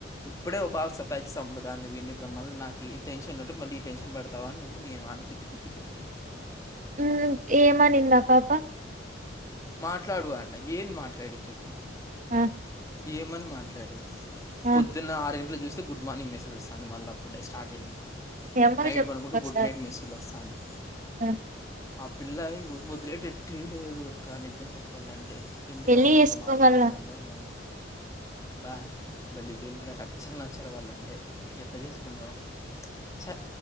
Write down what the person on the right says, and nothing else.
ఉమ్ ఏమనిందా ఆ పాప
ఆ
ఆ
మీ అమ్మకు
చెప్పు
ఒకసారి
ఆ
పెళ్లి
చేసుకో
మళ్ళ